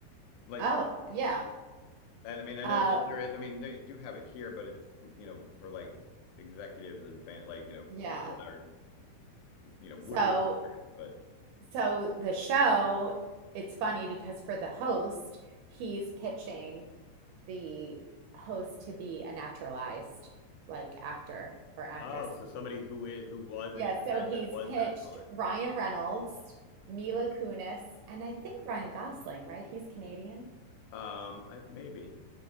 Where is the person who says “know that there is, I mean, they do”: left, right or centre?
Left